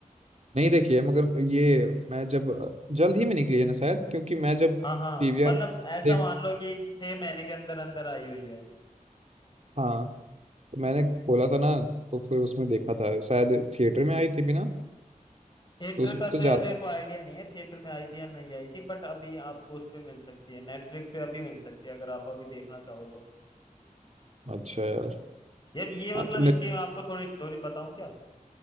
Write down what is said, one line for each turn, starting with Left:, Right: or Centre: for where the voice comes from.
Right: नहीं देखी है मगर ये मैं जब जल्द ही में निकली है ना शायद क्योंकि मैं जब
Left: हाँ
Right: पीवीआर
Left: हाँ मतलब ऐसा
Right: देख
Left: मान लो कि छह महीने के अंदर अंदर आई हुई है
Right: हाँ तो मैंने खोला था ना तो फिर उसमें देखा था शायद थिएटर में आई थी भी ना
Left: थिएटर
Right: तो उस
Left: का
Right: तो
Left: तो
Right: ज्यादा
Left: यार मेरे को आइडिया नहीं है थिएटर में आई थी या नहीं आई थी बट अभी आपको उस पे मिल सकती है नेटफ्लिक्स पे अभी मिल सकती है अगर आप अभी देखना चाहो तो
Right: अच्छा यार
Left: यार ये
Right: हाँ
Left: मतलब
Right: तो
Left: इसकी मैं आपको थोड़ी स्टोरी बताऊं क्या